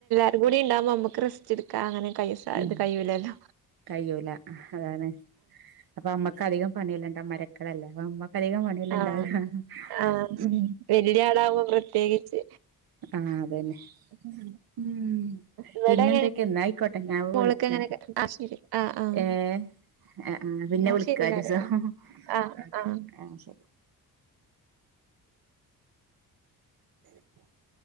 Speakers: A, on the right (about 85°); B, on the right (about 70°).
A: ഇതു കൂടി ഉണ്ടാകുമ്പോ നമ്മുക്ക് റസ്റ്റ്എടുക്കാം അങ്ങനെ കൈ സാ
B: ഉം
A: ഇത് കയൂലല്ലോ
B: കയ്യൂല അതാണ്. അപ്പ അമ്മക്ക് അധികം പണിയെല്ലാം ഇണ്ടാവും. മരക്കലല്ലേ അപ്പം അമ്മക്കധികം പണി യെല്ലാം
A: ആഹ്
B: ഇണ്ടാവും
A: ആഹ്
B: ഉം
A: വല്യ ആളാവുമ്പോ പ്രത്യേകിച്ച്
B: ആഹ് അതന്നെ
A: ഉം
B: ഉം
A: ഇവിടെ
B: പിന്നെന്തൊക്കെ എന്നായിക്കോട്ടെ ഞാൻ
A: മോള്ക്കങ്ങന
B: വിളിക്കാം
A: ക ആശീല് ആഹ് ആഹ്
B: ഏ ആ ആ പിന്നെ
A: ന്നാ
B: വിളിക്കാ
A: ശരി
B: ഒരീസം
A: വരേ ആഹ്
B: ഓക്കെ
A: ആഹ്
B: ആ ശരി ഉ <inaudible>